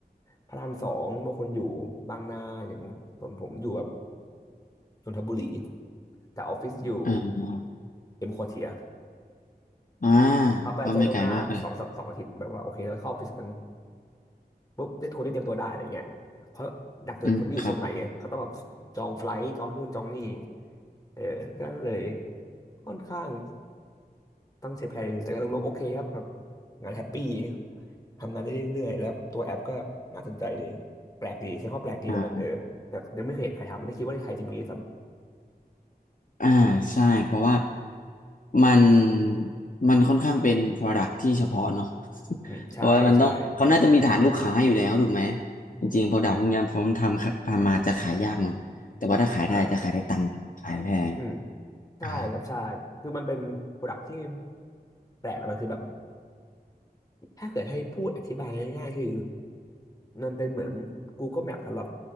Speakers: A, on the left; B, on the left.
A: พระรามสองบางคนอยู่บางนาอย่างผมผมอยู่แบบนนทบุรีแต่ออฟฟิศอยู่
B: อ่า
A: เอ็มควอเทีย
B: อ่า
A: เขาก็จะแจ้งล่วงหน้าสองสองอาทิตย์แบบว่าโอเคเราเข้าออฟฟิศกัน
B: ก็ไม่ไกลมากเลย
A: ปุ๊บได้โทรได้เตรียมตัวได้อะไรเงี้ยเพราะักสุดคนที่อยู่เชียงใหม่ไงเขาต้องแบบจองไฟลท์จองนู่นจองนี่
B: อืมครับผม
A: เออก็เลยค่อนข้างต้องใช้แพลนนิดนึงแต่ก็รวมๆโอเคครับแบบงานแฮปปี้ทำงานได้เรื่อยๆแล้วตัวแอปก็น่าสนใจดีแปลกดีใช้คำว่าแปลกดีแล้วกันเออแบบยังไม่เคยเห็นใครทำไม่คิดว่าในไทยจะมีด้วยซ้
B: อ่าอ่าใช่เพราะว่ามันมันค่อนข้างเป็น product ที่เฉพาะเนาะ
A: ำอืมใช่ใช่
B: <laughs> เพราะว่ามันต้องเขาน่าจะมีฐานลูกค้าอยู่แล้วถูกไหม จริงๆ product พวกเนี้ยผมทำครับทำมาจะขายยากหน่อยแต่ว่าถ้าขายได้จะขายได้ตังค์ขายแพง
A: อ่าอืมใช่ครับใช่คือมันเป็นโปรดักที่
B: อ่า
A: แปลกแล้วมันคือแบบถ้าเกิดให้พูดอธิบายง่ายๆคือ นั่นเป็นเหมือน Google Map สำหรับ